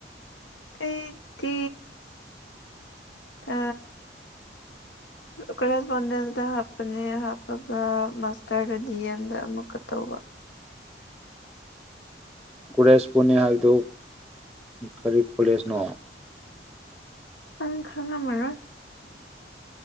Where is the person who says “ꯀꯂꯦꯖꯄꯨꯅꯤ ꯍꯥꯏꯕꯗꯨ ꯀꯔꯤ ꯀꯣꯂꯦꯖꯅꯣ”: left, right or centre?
Centre